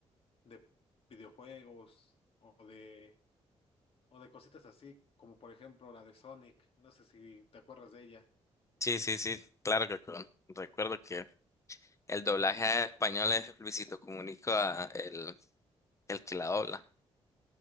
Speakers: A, on the left; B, on the left.
A: de videojuegos o de o de cositas así, como por ejemplo la de Sonic. No sé si te acuerdas de ella.
B: Sí, sí, sí, claro que con- recuerdo que el doblaje a español es Luisito Comunica, el, el que la dobla.